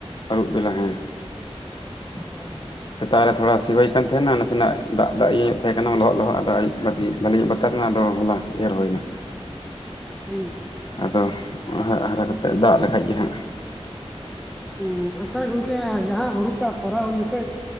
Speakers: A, on the left; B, in the centre.
A: ᱟᱹᱨᱩᱵ ᱵᱮᱞᱟ ᱦᱮᱸ᱾
B: ᱚ
A: ᱥᱮᱛᱟᱜ ᱨᱮ ᱛᱷᱚᱲᱟ ᱥᱤ ᱦᱩᱭ ᱠᱟᱱ ᱛᱟᱦᱮᱸᱱᱟ ᱱᱟᱥᱮᱱᱟᱜ ᱫᱟᱜ ᱫᱟᱜ ᱤᱭᱟᱹ ᱧᱚᱜ ᱛᱟᱦᱮᱸ ᱠᱟᱱᱟ ᱞᱚᱦᱚᱫ ᱞᱚᱦᱚᱫ <unintelligible> ᱵᱷᱟᱞᱤᱧᱚᱜ ᱵᱟ <unintelligible> ᱟᱫᱚ ᱦᱚᱞᱟ ᱮᱨ ᱦᱩᱭᱱᱟ᱾
B: ᱦᱩᱸ,
A: ᱟᱫᱚ ᱦᱟ ᱦᱟᱨᱟ ᱠᱟᱛᱮᱜ ᱫᱟᱜ ᱞᱮᱠᱷᱟᱡ ᱜᱮ ᱦᱟᱸᱟᱜ,
B: ᱦᱩᱸ ᱟᱪᱪᱷᱟ ᱜᱚᱝᱠᱮ ᱡᱟᱦᱟᱸ ᱦᱩᱲᱩ ᱯᱮ ᱟᱯᱷᱚᱨᱟ ᱩᱱ ᱡᱚᱠᱷᱚᱡ